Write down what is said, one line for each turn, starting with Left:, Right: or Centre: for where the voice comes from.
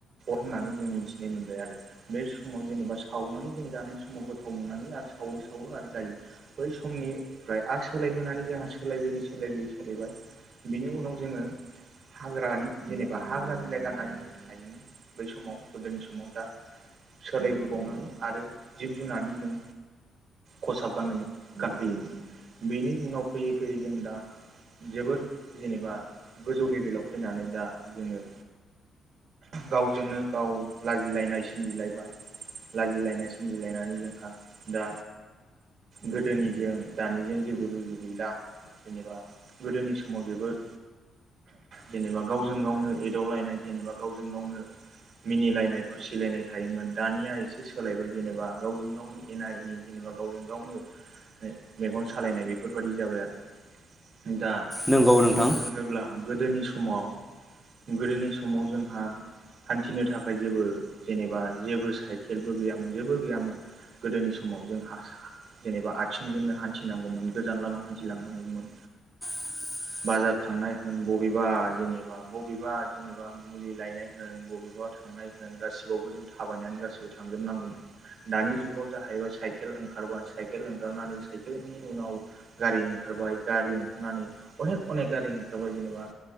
Right: होननानै जों मिथिनाय मोनबाय आरो बे समाव जेनेबा सावनानै जों जानाय समाव गोथाव मोननानै आरो सावो सावो आरो जायो बै समनिफ्राय आरो सोलाय बोनानै जोंहा सोलायबोयै सोलायबोयै सोलायबाय बिनि उनाव जोङो हाग्रानि जेनेबा हाग्रा बिलाइ गाननानै जों थायोमोन। बै समाव गोदोनि समाव दा सोलायबोबावनानै आरो जिब जुनारनि जों खसाब गाननाय गानफैयो बेनि उनाव फैयै फैयै जों दा जोबोद जेनेबा गोजौ लेभेलाव फैनानै दा जोङो गावजोंनो गाव लाजिलायनाय सोमजिलायबाय लाजिलायनाय सोमजिलायनानै जोंहा दा गोदोनिजों दानिजों जेबो रुजु गैला। जेनेबा गोदोनि समाव जोबोद जेनेबा गावजों गावनो एदावलायनाय जेनेबा गावजों गावनो मिनिलायनाय खुसिलायनाय थायोमोन दानिया एसे सोलायबाय जेनेबा गावजों गावनो एना एनि जेनेबा गावजों गावनो मेगन सालायनाय बेफोरबायदि जाबाय आरो। दा
Centre: नंगौ
Right: बुंनो
Centre: नोंथां
Right: थाङोब्ला गोदोनि समाव गोदोनि समाव जोंहा हान्थिनो थाखाय जेबो जेनेबा जेबो साइ खेलबो गैयामोन जेबो गैयामोन गोदोनि समाव जोंहा जेनेबा आथिंजोंनो हान्थिनांगौमोन गोजान लामा हान्थिलांनांगौमोन।
Centre: <inaudible>
Right: बाजार थांनाय होन बबेबा जेनेबा बबेबा जेनेबा मुलि लायनाय होन बबेबा थांनाय होन गासिबावबो जों थाबायनानै गासिबो थांजोबनांगौमोन। दानि जुगाव जाहैबाय साइकेल ओंखारबाय साइकेल ओंखारनानै साइकेलनि उनाव गारि ओंखा रबाय गारि ओंखारनानै अनेक अनेक गारि ओंखारबाय जेनेबा